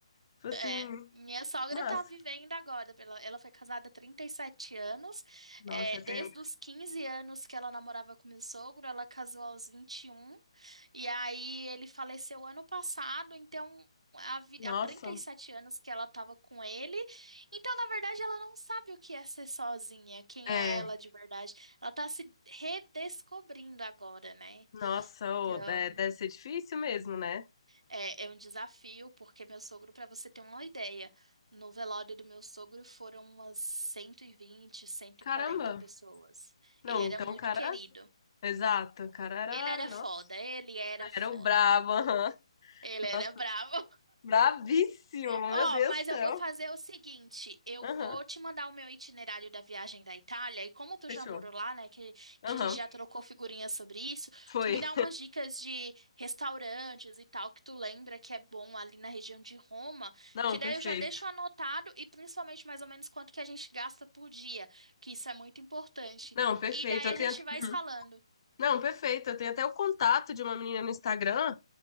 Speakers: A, on the left; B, on the right.
A: tipo assim,
B: é. Minha sogra
A: massa.
B: tá vivendo agora. pela- Ela foi casada há 37 anos.
A: Nossa,
B: É, desde
A: tem...
B: os 15 anos que ela namorava com meu sogro, ela casou aos 21. E um. E aí ele faleceu ano passado, então. Há vi-
A: Nossa,
B: há 37 anos que ela tava com ele. Então, na verdade, ela não sabe o que é ser sozinha, quem
A: é,
B: é ela de verdade. Ela tá se redescobrindo agora, né?
A: nossa,
B: Então,
A: ô, de- deve ser difícil mesmo, né?
B: É, é um desafio, porque meu sogro, para você ter uma ideia, no velório do meu sogro foram umas cento cento e vinte, cento
A: Caramba.
B: e quarenta pessoas.
A: Não,
B: Ele era
A: então
B: muito
A: o cara,
B: querido.
A: exato, o cara era,
B: Ele era
A: nossa,
B: foda, ele era foda.
A: era o brabo, aham.
B: Ele era
A: Nossa,
B: bravo.
A: bravíssimo, meu
B: Ó,
A: Deus
B: mas
A: do céu.
B: eu vou fazer o seguinte, eu
A: Aham,
B: vou te mandar o meu itinerário da viagem da Itália, e como tu
A: fechou.
B: já morou lá, né, que,
A: Aham,
B: que a gente já trocou figurinhas sobre isso,
A: foi.
B: tu me dá umas dicas de restaurantes e tal que tu lembra que é bom ali na região de Roma,
A: Não,
B: que
A: perfeito.
B: daí eu já deixo anotado e principalmente mais ou menos quanto que a gente gasta por dia, que isso é muito importante.
A: Não, perfeito.
B: E daí
A: Eu
B: a
A: tenho.
B: gente
A: hum.
B: vai se falando.
A: Não, perfeito. Eu tenho até o contato de uma menina no Instagram